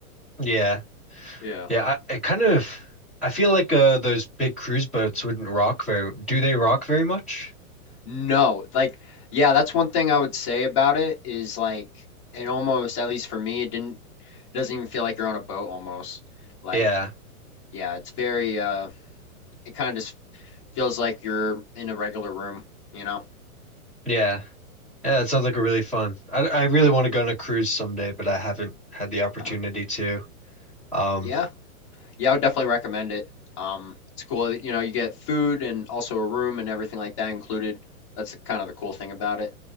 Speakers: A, in the centre; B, on the left.
A: Yeah,
B: Yeah.
A: yeah. I, I kind of I feel like uh, those big cruise boats wouldn't rock very. Do they rock very much?
B: No, like, yeah, that's one thing I would say about it is like it almost, at least for me, it didn't, it doesn't even feel like you're on a boat almost. Like,
A: Yeah,
B: yeah, it's very, uh, it kind of just feels like you're in a regular room, you know?
A: yeah. Yeah, that sounds like a really fun. I, I really
B: Yeah.
A: want to go on a cruise someday, but I haven't had the opportunity
B: Uh-huh.
A: to. Um,
B: Yeah. Yeah, I would definitely recommend it. Um, it's cool that, you know, you get food and also a room and everything like that included. That's the- kind of the cool thing about it.